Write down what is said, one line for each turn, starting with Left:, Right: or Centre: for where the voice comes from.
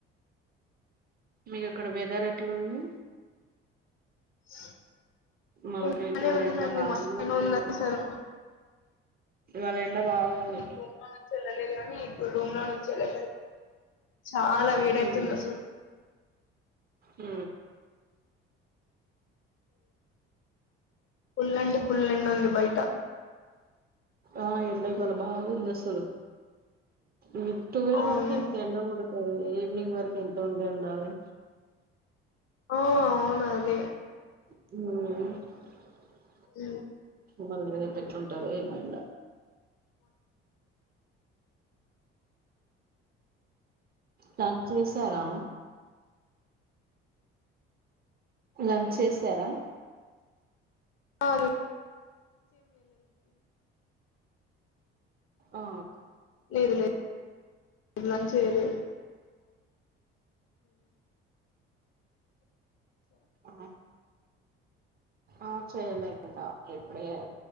Right: మీకు అక్కడ వేఅతేర్ ఎట్లా ఉంది
Left: స
Right: మాకైతే
Left: ఇనే
Right: ఇయాల
Left: ఉందండి
Right: ఎండ బాగా
Left: మొత్తం
Right: కొడుతుంది
Left: ఉంద సారు
Right: ఇవాళ ఎండా బాగుంది.
Left: రూమ్ లో నుంచి వెళ్ళలేదు కానీ ఇప్పుడు రూమ్ లో నుంచి ఎలా చాలా వేడైతుంది
Right: ఉమ్
Left: అసలు
Right: అ
Left: పుల్లంటే పులండు ఉంది బయట
Right: ఆ ఎళ్ళకి వాళ బాగుందిసలు ఈ ట్వల్వ్
Left: అవును
Right: వరకు ఎంత ఎండ కొడుతు ఈవనింగ్ వరకు ఎంత ఉండ ఉండాలి
Left: ఆ అవును అదే
Right: హ
Left: అ
Right: మ మళీ వెళ పెట్టుంటారు ఏమైండ. టం చేశారా లంచ్ చేసారా
Left: ఆ
Right: ఆ
Left: లేదు లేదు ఇల చేలి
Right: ఆ ఆ చేయలే ఇంకా ఎప్పుడే